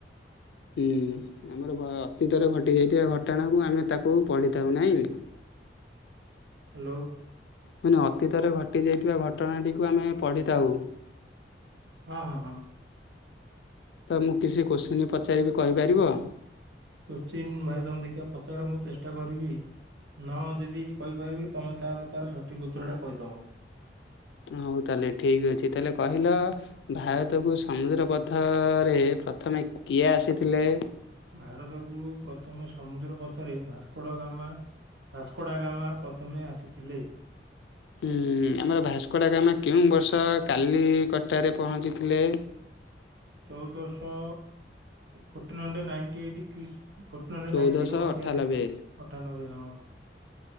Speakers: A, on the left; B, on the right.
A: ହୁଁ ଆମର ଭ ଅତୀତରେ ଘଟିଯାଇଥିବା ଘଟଣାକୁ ଆମେ ତାକୁ ପଢ଼ିଥାଉ ନାହିଁ?
B: ହ୍ୟାଲୋ।
A: ମୁଁ ଅତୀତରେ ଘଟିଯାଇଥିବା ଘଟଣାଟିକୁ ଆମେ ପଢ଼ିଥାଉ।
B: ହଁ ହଁ ହଁ।
A: ତ ମୁଁ କିଛି କୋଶ୍ଚିନ୍ ପଚାରିବି କହିପାରିବ?
B: କୋଶ୍ଚିିନ ଭାଇ ତମେ ଦେଖିବା ପଚାର ମୁଁ ଚେଷ୍ଟା କରିବି। ନ ଯଦି କହିପାରିବି ତମେ ତାହେଲେ ତାର ସଠିକ୍ ଉତ୍ତରଟା କହିଦବ।
A: ହଉ ତାହେଲେ ଠିକ୍ ଅଛି ତାହେଲେ କହିଲ ଭାରତକୁ ସମୁଦ୍ର ପଥରେ ପ୍ରଥମେ କିଏ ଆସିଥିଲେ?
B: ଭାରତକୁ ପ୍ରଥମେ ସମୁଦ୍ର ପଥରେ ଭାସ୍କୋଡ଼ା ଗାମା ଭାସ୍କୋଡ଼ା ଗାମା ପ୍ରଥମେ ଆସିଥିଲେ।
A: ହଁ ଆମର ଭାସ୍କୋଡ଼ା ଗାମା କେଉଁ ବର୍ଷ କାଲି କଟାରେ ପହଞ୍ଚିଥିଲେ?
B: ଚଉଦଶହ ଫର୍ଟିନ ହଣ୍ଡ୍ରେଡ ନାଇଟି ଏଇଟି କ୍ରିସ୍ ଫର୍ଟିନ୍ ହଣ୍ଡ୍ରେଡ
A: ଚଉଦଶହ
B: ନାଇଟିଡ୍ ମସିହାରେ
A: ଅଠାଲବେ
B: ଅଠାନବେ ହଁ।